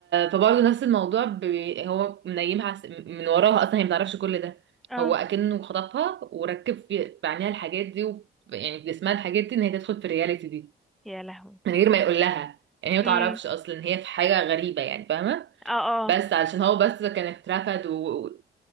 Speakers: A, on the right; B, in the centre.
A: فبرضه نفس الموضوع ب... هو منيمها عس- من وراها اصلا هي ما تعرفش كل ده
B: اه
A: هو اكنه خطفها وركب في في عينيها الحاجات دي و... يعني في جسمها الحاجات دي ان هي تدخل في الرياليتي دي
B: يا لهوي
A: من غير ما يقول لها يعني هي ما
B: امم
A: تعرفش اصلا ان هي في حاجه غريبه يعني فاهمه
B: اه اه
A: بس علشان هو بس كان اترفد و... و-